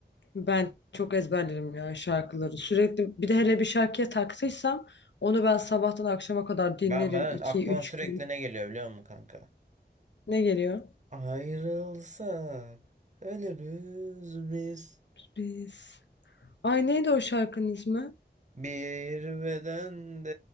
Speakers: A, on the left; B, on the right.
A: Ben çok ezberlerim ya şarkıları sürekli bir de hele bir şarkıya taktıysam onu ben sabahtan akşama kadar dinlerim
B: Ben ben
A: iki
B: aklıma
A: üç
B: sürekli
A: gün.
B: ne geliyor biliyor musun kanka?
A: Ne geliyor?
B: Ayrılsak ölürüz biz.
A: Biz. Ay neydi o şarkının ismi?
B: Bir bedende